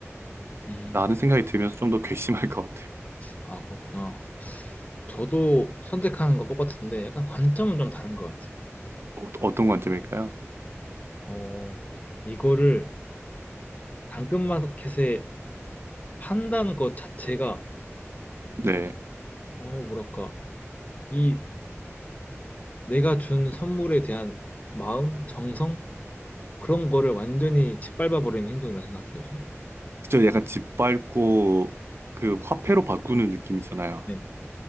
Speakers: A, on the left (about 30°); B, on the right (about 55°).
A: 음,
B: 생각이 들면서 좀 더 괘씸할 것 같아요.
A: 아, 그렇구나. 저도 선택하는 건 똑같은데 약간 관점은 좀 다른 것 같아요.
B: 어, 어떤 관점일까요?
A: 어, 이거를 당근마켓에 판다는 것 자체가,
B: 네.
A: 어, 뭐랄까, 이 내가 준 선물에 대한 마음, 정성? 그런 거를 완전히 짓밟아버리는 행동이라 생각해요, 저는.
B: 저 약간 집 밟고 그 화폐로 바꾸는 느낌이잖아요.
A: 네.